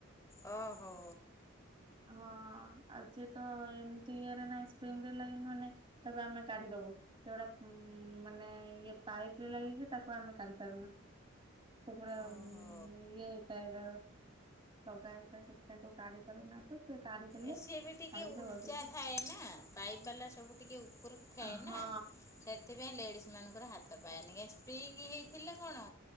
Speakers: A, on the left; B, on the right.
A: ଓ ହୋ!
B: ହଁ ଆଜି ତ ଏମ୍ ତି ଇଏରେ ନାହିଁ ସ୍ପ୍ରିଙ୍ଗରେ ଲାଗିନି ମାନେ ତାକୁ ଆମେ କାଢ଼ିଦବୁ ସେଗୁରା ଉଁ ମାନେ ଇଏ ପାଇପ ରେ ଲାଗିଥିଲେ ତାକୁ ଆମେ କାଢ଼ି ପାରୁନା। ସେପରା
A: ଓହୋ
B: ଇଏ <unintelligible> ର ଲଗା ହେଇଥାଏ। ସେଥିପାଇଁ ତାକୁ କାଢ଼ି ପାରୁନା। ତ ସେ କାଢି ଦେଲେ
A: ଏ ସିଏ ବି ଟିକେ
B: କାଢିକି
A: ଉଚ୍ଚା
B: ଯୋଗେଇ ଦେଇଛନ୍ତି।
A: ଥାଏ ନା ପାଇପ ବାଲା ସବୁ ଟିକେ ଉପରକୁ ଥାଏ
B: ହଁ
A: ନା। ସେଥିପାଇଁ ଲେଡିସ୍ ମାନଙ୍କର ହାତ ପାଏନି କେ ସ୍ପ୍ରିଙ୍ଗ ହେଇଥିଲେ କଣ